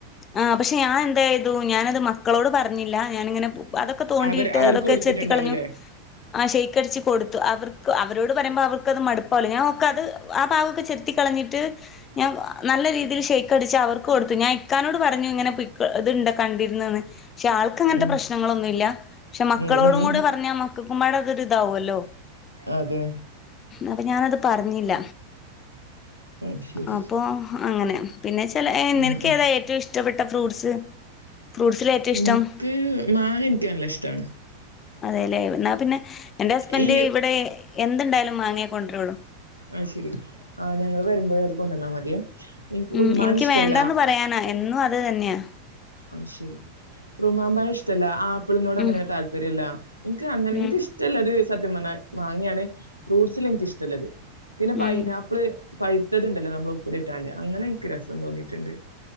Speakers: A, on the left; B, on the left.
A: ആഹ് പക്ഷെ ഞാൻ എന്തായ്തു, ഞാനത് മക്കളോട് പറഞ്ഞില്ല ഞാാനിങ്ങനെ ബു അതൊക്കെ തോണ്ടിയിട്ട്,
B: അവര് അവർക്ക്
A: അതൊക്കെ
B: കൊടുത്തിട്ടുണ്ടാവൂലേ
A: ചെത്തിക്കളഞ്ഞു ആഹ് ഷെയ്ക്കടിച്ച് കൊടുത്തു. അവർക്ക് അവരോട് പറയുമ്പോ അവർക്കത് മടുപ്പോലെ, ഞാൻ ഒക്കത് ആ ഭാഗൊക്കെ ചെത്തി ത്തി കളഞ്ഞിട്ട് ഞാൻ നല്ല രീതിയിൽ ഷേക്ക് അടിച്ചവർക്ക് കൊടുത്തു ഞാ ഇക്കാനോട് പറഞ്ഞു ഇങ്ങനെ പിക്ക ഇത്ണ്ട് കണ്ടിരുന്നന്ന് പക്ഷെ ആൾക്കങ്ങനത്തെ
B: ഉം
A: പ്രശ്നങ്ങളൊന്നുമില്ല പക്ഷെ മക്കളോടും
B: ഉം ഉം
A: കൂടി പറഞ്ഞാൽ മക്കൾക്കുംമ്പാട് അതൊരിതാവുമല്ലോ
B: അതെ
A: അപ്പൊ ഞാനത് പറഞ്ഞില്ല
B: അത് ശരി.
A: അപ്പൊ അങ്ങനെ പിന്നെ ചില നിനക്ക
B: ഉം ഉം.
A: ഏത ഏറ്റം ഇഷ്ടപ്പെട്ട ഫ്രൂട്ട്സ് ഫ്രൂട്ട്സിൽ ഏറ്റവും
B: എനിക്ക്
A: ഇഷ്ടം
B: മാങ്ങ എനിക്ക് നല്ല ഇഷ്ടമാണ്
A: അതെല്ലെ ന്നാ പിന്നെ എന്റെ ഹസ്ബൻഡ്
B: ഈ
A: ഇവിടെ എന്തുണ്ടായാലും മാങ്ങയേ കൊണ്ടരുള്ളൂ
B: ആ ശരി ആ ഞങ്ങള് വരുമ്പോഴ അത് കൊണ്ടന്നാ മതിയൊ എനിക്
A: ഉം
B: ഒരുമാനിഷ്ടല്ല
A: എനിക്ക് വേണ്ടാന്ന് പറയാനാ എന്നും അത് തന്നെയാ
B: അത് ശരി റുമാമ്പഴം ഇഷ്ടമല്ല ആപ്പിളിനോട് അങ്ങനെ
A: ഉം
B: താല്പര്യംല്ല എനിക്ക്‌ അങ്ങനെ
A: ഉം
B: എന ഇഷ് ഇഷ്ടമുള്ളത് സത്യം പറഞ്ഞാൽ മാങ്ങയാണ് ഫ്രൂട്ട്സിൽ എനിക്ക് ഇഷ്ടമുള്ളത് പിന്നെ പൈനാ
A: ഉം
B: പ്പിള് പൈത്തതുണ്ടല്ലോ നമ്മൾ ഉപ്പിലിട്ടാണ്ട് അങ്ങനെ എനിക്ക് രസം തോന്നിയിട്ടുണ്ട്